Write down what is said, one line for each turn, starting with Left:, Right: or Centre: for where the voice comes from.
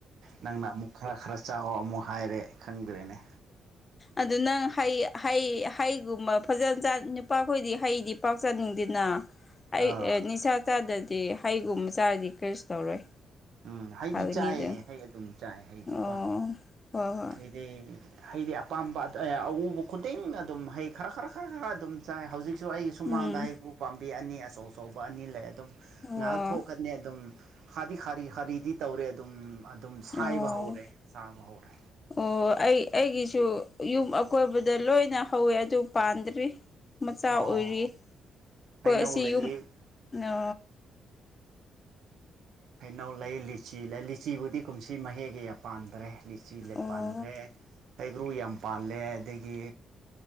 Right: ꯅꯪꯅ ꯑꯃꯨꯛ ꯈꯔ ꯈꯔ ꯆꯥꯋꯣꯑꯣ ꯑꯃꯨꯛ ꯍꯥꯏꯔꯦ ꯈꯪꯗ꯭ꯔꯦꯅꯦ
Left: ꯑꯗꯨ ꯅꯪ ꯍꯩ ꯍꯩ ꯍꯩꯒꯨꯝꯕ ꯐꯖ ꯆꯥ ꯅꯨꯄꯥꯈꯣꯏꯗꯤ ꯍꯩꯗꯤ ꯄꯥꯛ ꯆꯥꯅꯤꯡꯗꯦꯅ ꯑꯩ
Right: ꯑꯥ
Left: ꯑꯦ ꯅꯤꯁꯥ ꯆꯥꯗ ꯗꯤ ꯍꯩꯒꯨꯝꯕ ꯆꯥꯔꯗꯤ ꯀꯔꯤꯁꯨ ꯇꯧꯔꯣꯏ
Right: ꯎꯝ ꯍꯩꯗꯤ
Left: ꯐꯒꯅꯤ
Right: ꯆꯥꯏꯌꯦ
Left: ꯑꯗꯨꯝ
Right: ꯍꯩ ꯑꯗꯨꯝ ꯆꯥꯏ ꯍꯩꯗꯤꯀꯣ
Left: ꯑꯣ ꯍꯣꯏ ꯍꯣꯏ
Right: ꯑꯩꯗꯤ ꯍꯩꯗꯤ ꯑꯄꯥꯝꯕ ꯑꯎꯕ ꯈꯨꯗꯤꯡ ꯑꯗꯨꯝ ꯍꯩ ꯈꯔ ꯈꯔ ꯈꯔ ꯈꯔ ꯑꯗꯨꯝ ꯆꯥꯏ ꯍꯧꯖꯤꯛ ꯑꯩꯁꯨ ꯑꯩꯒꯤ ꯁꯨꯃꯥꯡꯗ
Left: ꯎꯝ
Right: ꯍꯩꯀꯔꯨ ꯄꯥꯝꯕꯤ ꯑꯅꯤ ꯑꯆꯧ ꯑꯆꯧꯕ ꯑꯅꯤ ꯂꯩ ꯑꯗꯨꯝ
Left: ꯑꯣ
Right: ꯉꯥꯏꯍꯥꯛ ꯊꯣꯛꯀꯅꯤ ꯑꯗꯨꯝ ꯈꯗꯤ ꯈꯥꯔꯤ ꯈꯔꯤꯗꯤ ꯇꯧꯔꯦ ꯑꯗꯨꯝ ꯑꯗꯨꯝ ꯁꯥꯏꯕ
Left: ꯑꯣ
Right: ꯍꯧꯔꯦ ꯆꯥꯕ ꯍꯧꯔꯦ
Left: ꯑꯣ ꯑꯩ ꯑꯩꯒꯤꯁꯨ ꯌꯨꯝ ꯑꯀꯣꯏꯕꯗ ꯂꯣꯏꯅ ꯍꯧꯋꯦ ꯑꯗꯨ ꯄꯥꯟꯗ꯭ꯔꯤ ꯃꯆꯥ ꯑꯣꯏꯔꯤ
Right: ꯑꯣ
Left: ꯑꯩꯈꯣꯏ
Right: ꯍꯩꯅꯧ
Left: ꯑꯁꯤ
Right: ꯂꯩꯌꯦ
Left: ꯌꯨꯝ ꯑ
Right: ꯍꯩꯅꯧ ꯂꯩ ꯂꯤꯆꯤ ꯂꯩ ꯂꯤꯆꯤꯕꯨꯗꯤ ꯀꯨꯝꯁꯤ ꯃꯍꯩ ꯀꯌꯥ ꯄꯥꯟꯗ꯭ꯔꯦ ꯂꯤꯆꯤ ꯂꯦ
Left: ꯑꯣ
Right: ꯄꯥꯟꯗ꯭ꯔꯦ ꯍꯩꯒ꯭ꯔꯨ ꯌꯥꯝ ꯄꯥꯜꯂꯦ ꯑꯗꯒꯤ